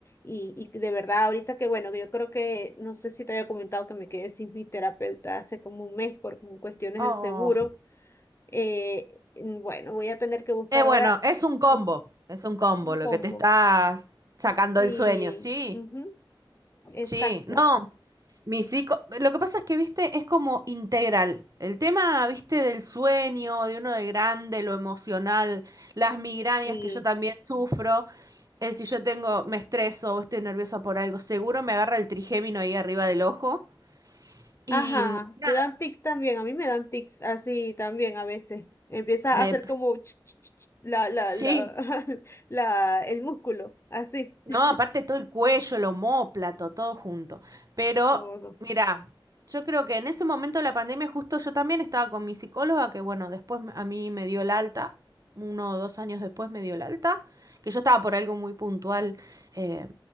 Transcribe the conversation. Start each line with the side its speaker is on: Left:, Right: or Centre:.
Left: Y, y de verdad, ahorita que bueno, que yo creo que, no sé si te había comentado que me quedé sin mi terapeuta hace como un mes por cuestiones
Right: Oh.
Left: del seguro eh, mm, bueno, voy a tener que buscar
Right: Eh, bueno,
Left: ahora
Right: es un combo,
Left: ujú,
Right: es un combo
Left: un
Right: lo
Left: combo.
Right: que te está sacando
Left: Sí,
Right: el sueño, sí,
Left: ujú, exacto.
Right: sí. No, mi psico, lo que pasa es que, viste, es como integral. El tema, viste, del sueño, de uno de grande, lo emocional, las migrañas
Left: Sí.
Right: que yo también sufro. eh, si yo tengo, me estreso o estoy nerviosa por algo, seguro me agarra el trigémino ahí arriba del ojo. Y
Left: Ajá,
Right: mm, nada,
Left: te dan tics también. A mí me dan tics así también a veces. Empieza
Right: me
Left: a hacer como ch- ch- ch- ch- la, la,
Right: Sí,
Left: la, <laughs> la, el músculo, así.
Right: no,
Left: <laughs>
Right: aparte todo el cuello, el omóplato, todo junto. Pero,
Left: Todo.
Right: mira, yo creo que en ese momento de la pandemia justo yo también estaba con mi psicóloga, que bueno, después me- a mí me dio el alta, uno o dos años después me dio el alta, que yo estaba por algo muy puntual eh,